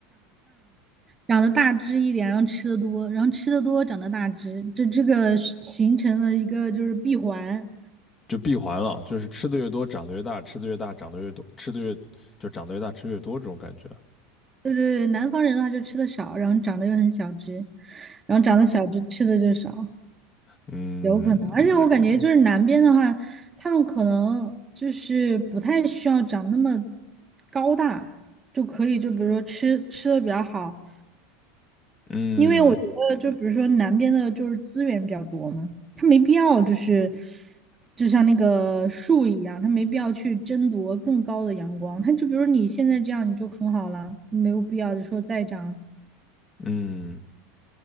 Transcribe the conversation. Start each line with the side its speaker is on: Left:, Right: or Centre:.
Right: 长得大只一点，然后吃的多，然后吃的多，长得大只，这这个形成了一个就是闭环。
Left: 就闭环了，就是吃的越多长得越大，吃的越大长得越多，吃的越就长得越大吃越多这种感觉。
Right: 对对对，南方人的话就吃的少，然后长得又很小只，然后长得小只吃的就少，
Left: 嗯
Right: 有可能。而且我感觉就是南边的话，他们可能就是不太需要长那么高大，就可以就比如说吃吃的比较好，
Left: 嗯
Right: 因为我觉得就比如说南边的就是资源比较多嘛，他没必要就是就像那个树一样，他没必要去争夺更高的阳光。他就比如你现在这样你就很好了，没有必要就说再长。
Left: 嗯，